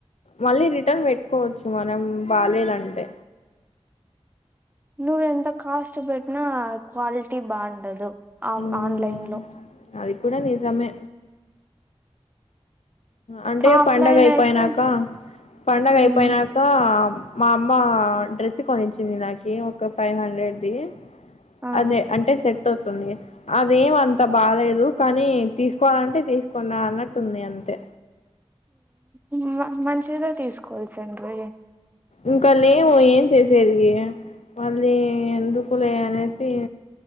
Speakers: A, on the left; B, on the right.
A: మళ్ళీ రిటర్న్ పెట్టుకోవచ్చు మనం బాలేదంటే
B: నువ్వు ఎంత కాస్ట్ పెట్టినా క్వాలిటీ బాగుండదు ఆ
A: మ్మ్
B: ఆన్లైన్ లో
A: అది కూడా నిజమే అంటే
B: ఆఫ్లైన్
A: పండగ అయిపోయినాక
B: అయితే
A: పండగ
B: ఉమ్
A: అయిపోయినాక మా అమ్మ డ్రెస్ కొనించింది నాకి ఒక ఫైవ్ హండ్రెడ్ది
B: ఆ
A: అదే అంటే సెట్ అవుతుంది అదేమంత అంత బాలేదు కానీ తీసుకోవాలంటే తీసుకున్న అన్నట్టుంది అంతే
B: ఉమ్ మంచిదే తీసుకోవాల్సింది
A: ఇంకా లేవు ఏం చేసేది మళ్ళీ ఎందుకులే అనేసి సి